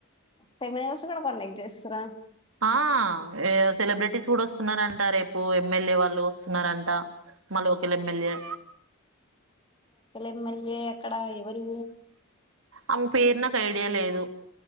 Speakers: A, on the left; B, on the right.
A: సెమినార్స్ కూడా కండక్ట్ చేస్తురా
B: ఆ <unintelligible> సెలబ్రెటీస్ కూడా వస్తున్నారంట రేపు ఎమ్మెల్యే వాళ్ళు వస్తున్నారంట మా local M. L. A
A: M. L. A అక్కడ ఎవరు.
B: ఆమె పేరు నాకైడియా లేదు.